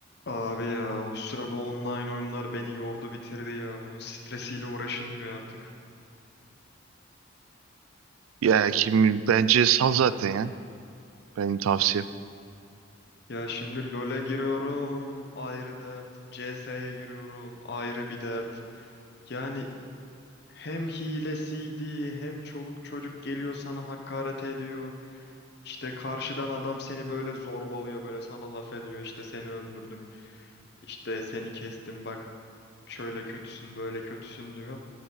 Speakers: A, on the left; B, on the right.
A: Abi ya o sıra bu online oyunlar beni yordu bitirdi ya. Bunun stresiyle uğraşılmıyor artık.
B: Ya kim bence sal zaten ya. Benim tavsiyem.
A: Ya şimdi LoL'e giriyorum ayrı dert. CS'ye giriyorum ayrı bir dert. Yani hem hilesiydi hem çoluk çocuk geliyor sana hakaret ediyor. İşte karşıdan adam seni böyle zorbalıyor böyle sana laf ediyor. İşte seni öldürdüm işte seni kestim bak şöyle kötüsün böyle kötüsün diyor.